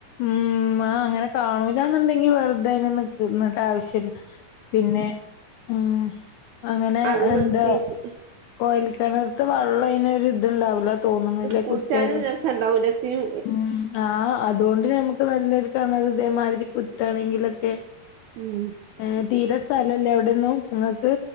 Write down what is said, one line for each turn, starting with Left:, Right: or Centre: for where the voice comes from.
Left: ഉം ആ അങ്ങന കാണൂല്ലാന്നൊണ്ടെങ്കി വെറുതെ അയ്‌ന് നിക് നിന്നട്ടാവശ്യല്ല. പിന്നെ ആഹ് അങ്ങനെ
Right: അത്
Left: എന്താ
Right: നിർത്തിവെച്ച്
Left: കൊയൽക്കെണർത്ത് വെള്ളം ഇങ്ങനെ ഒരു ഇതുണ്ടാവൂല തോന്നുന്നില്ല
Right: കുടിച്ചാനും
Left: കുത്തിയാലും
Right: രസണ്ടാവൂല എത്തിനും
Left: മ്മ് ആഹ് അതുകൊണ്ട് നമ്മുക്ക് നല്ലൊരു കാണത് ഇതേമാതിരി കുത്താണെങ്കിലൊക്കെ
Right: മ്മ്
Left: ഏഹ് തീരെ സ്ഥലല്ലേ അവിടെന്നും നിങ്ങക്ക്